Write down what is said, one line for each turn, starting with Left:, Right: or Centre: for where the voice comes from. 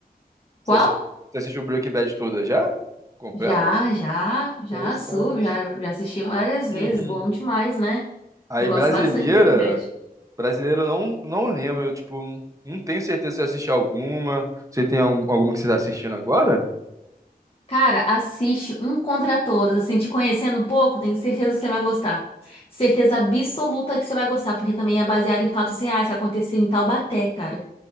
Left: Qual?
Right: Você assi- você assistiu Breaking Bad toda já? Completo?
Left: Já, já,
Right: Interessante.
Left: já sou, já, já assisti várias vezes,
Right: Uhum.
Left: bom demais, né?
Right: Aí,
Left: Eu gosto
Right: brasileira,
Left: bastante de Breaking Bad.
Right: brasileira eu não, não lembro, eu, tipo, não tenho certeza se eu assisti alguma. Você tem algum- alguma que você tá assistindo agora?
Left: Cara, assiste um contra todos, assim, te conhecendo um pouco, tenho certeza que você vai gostar. Certeza absoluta que você vai gostar, porque também é baseado em fatos reais que aconteceram em Taubaté, cara.